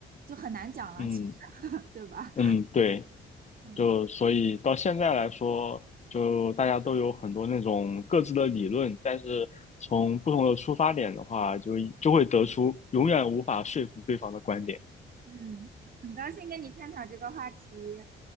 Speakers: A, on the right; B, on the left.
A: 就很难讲了，
B: 嗯
A: 其实，<laughs> 对吧？
B: 嗯，对。
A: 嗯
B: 就所以到现在来说，就大家都有很多那种各自的理论，但是从不同的出发点的话，就就会得出永远无法说服对方的观点。
A: 嗯，很高兴跟你探讨这个话题，